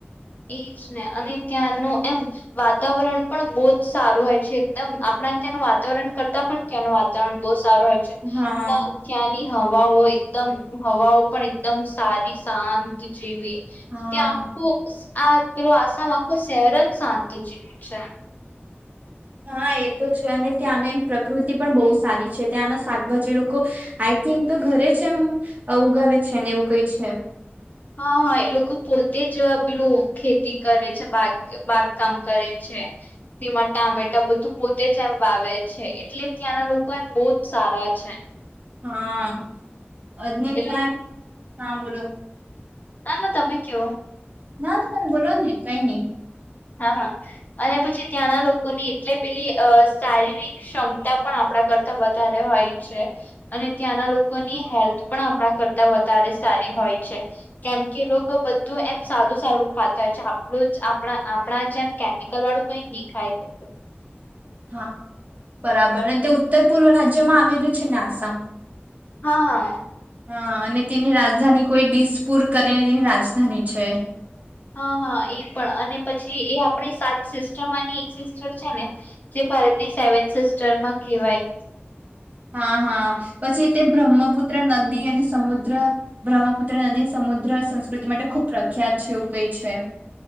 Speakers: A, on the left; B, on the right.
A: ઈ જ ને. અને ત્યાંનું એમ વાતાવરણ પણ બહુ જ સારું હોય છે એકદમ આમ આપણા ત્યાંનું વાતાવરણ કરતા પણ ત્યાંનું વાતાવરણ બહુ સારું હોય છે.
B: હા
A: ત્યાં ત્યાંની હવાઓ એકદમ હવાઓ પણ એકદમ સારી શાંત જેવી
B: હા
A: ત્યાં <unintelligible> આ પેલું આસામ આખું શહેર જ શાંત જેવું છે.
B: હા એ તો છે. અને ત્યાંને એમ પ્રકૃતિ પણ બહુ સારી છે, ત્યાંના શાકભાજી લોકો <unintelligible> તો ઘરે જ એમ ઉગાવે છે ને એવું કઈ છે.
A: હા હા એ લોકો પોતે જ પેલું ખેતી કરે છે બા. બાગકામ કરે છે તેમાં ટામેટા બધું. પોતે જ એમ વાવે છે એટલે ત્યાંના લોકો એમ બહુ જ સારા છે.
B: હા અજને
A: એ
B: થયા
A: લોકો
B: હા બોલો.
A: ના ના તમે કેવો.
B: ના ના તમે બોલો નને કઈ નઈ.
A: હા હા અને પછી ત્યાંના લોકોની એટલે પેલી અ શારીરિક ક્ષમતા પણ આપણા. વધ હોઈટ છે અને ત્યાંના લોકોની હેલ્થ પણ આપણા કરતા વધારે સારી. હોય છે કેમ કે બધું એમ સારું સારું ખાતા હોય છે આપણું જ આપણા. આપણા જેમ કેમિકલ વાળું કઈ નહીખાય તો.
B: હા બરાબર અને તે ઉત્તર પૂર્વ રાજ્યમાં આવેલું છે ને આસામ.
A: હા હા.
B: હા અને તેની રાજધાની કોઈ દિસપુર કરીને તેની રાજધાની છે.
A: હા હા એ પણ અને પછી એ આપણી સાત સિસ્ટર માની એક સિસ્ટર છે ને. ભારતની સેવન સિસ્ટર માં કહેવાય.
B: હ <unintelligible> હા હા પછી તે બ્રહ્મપુત્ર નદી અને સમુદ્ર બ્રહ્મપુત્ર નદી સમ. સમુદ્ર સંસ્કૃતિ માટે ખુબ પ્રખ્યાત છે એવું કઈ છે.